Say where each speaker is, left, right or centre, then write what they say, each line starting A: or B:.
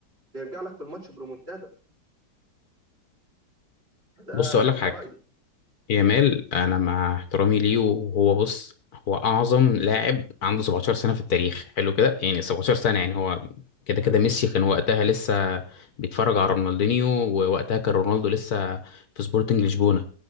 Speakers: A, on the right (about 35°); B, on the left (about 65°).
A: بيرجع لك في الماتش برومونتادا فده
B: بص اقول
A: يعني
B: لك حاجه
A: ده رايي
B: يامال انا مع احترامي ليه وهو بص هو اعظم لاعب عنده 17 سنه في التاريخ حلو كده يعني 17 سنه يعني هو كده
A: حلو
B: كده ميسي كان وقتها لسه بيتفرج على رونالدينيو ووقتها كان رونالدو لسه في سبورتنج لشبونه